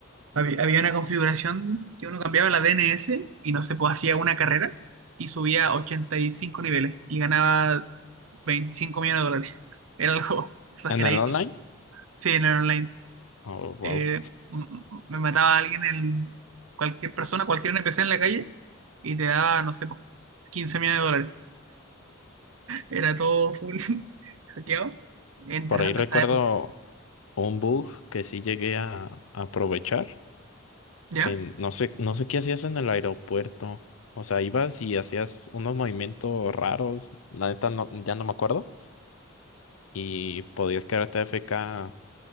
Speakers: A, on the right; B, on the left.
A: Había, había una configuración que uno cambiaba la DNS y no se podía hacía una carrera y subía 85 niveles y ganaba 25 millones de dólares. <laughs> Era algo exageradísimo.
B: ¿En el online?
A: Sí, en el online.
B: Oh, wow.
A: Eh, m- m- me mataba a alguien, el, cualquier persona, cualquier NPC en la calle y te daba, no sé, pues, 15 millones de dólares. Era todo full <laughs> hackeado. Interesante
B: Por ahí recuerdo
A: esa época.
B: un bug que sí llegué a, a aprovechar,
A: ¿Ya?
B: que no sé, no sé qué hacías en el aeropuerto. O sea, ibas y hacías unos movimientos raros, la neta no, ya no me acuerdo, y podías quedarte AFK